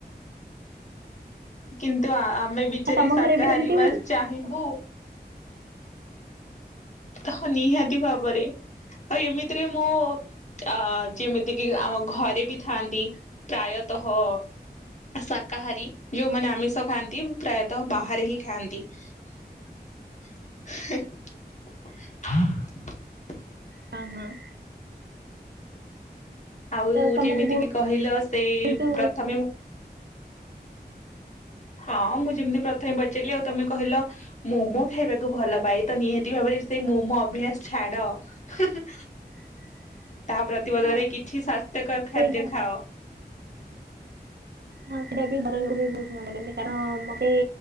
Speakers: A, on the right; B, on the left.
A: <inaudible>
B: କିନ୍ତୁ ଆମେ ବିଚାରୀ
A: ଆଉ ତମ
B: ଶାକାହାରୀ
A: ଘରେ ବି ସେମିତି ହଉଛି?
B: ବା ଚାହିଁବୁ ହଁ ନିହାତି ଭାବରେ ଆଉ ଏମିତିରେ ମୁଁ ଆ-ଆ-ଆ ଯେମିତିକି ଆମ ଘରେ ବି ଥାଆନ୍ତି ପ୍ରାୟତ୍ ହଁ। ଶାକାହାରୀ ଯୋଉମାନେ ଆମିଷ ଖାଆନ୍ତି ପ୍ରାୟତଃ ବାହାରେ ହିଁ ଖାଆନ୍ତି।
A: <inaudible>
B: ହ <inaudible>
A: ହଁ ହଁ‌।
B: ଆଉଉ
A: ତମକୁ
B: ଯେମିତି କିି କହିଲ ସେ
A: ବହୁତୁ
B: ପ୍ରଥମେ ହଁ ମୁଁ ଯେମିତି ପ୍ର ପ୍ରଥମେ ପଚାରିଲି ଆଉ ତମେ କହିଲ ମୋମୋ ଖାଇବାକୁ ଭଲ ପାଏ ତ ନିହାତି ଭାବରେ ସେଇ ମୋମୋ ଅଭ୍ୟାସ ଛା ଛାଡ଼ ହୁଁହୁଁ।
A: <inaudible>
B: ତାହା ପ୍ରତିବଦଳରେ
A: ହଁ
B: କିଛି ସ୍ଵାସ୍ଥ୍ୟକର ଖାଦ୍ୟ
A: ସେଇଟା
B: ଖାଅ।
A: ହଁ ସେଇଟା ବି ଘର ଲୋକ ବି ବହୁତ ମନା କରନ୍ତି। କାରଣ ମତେ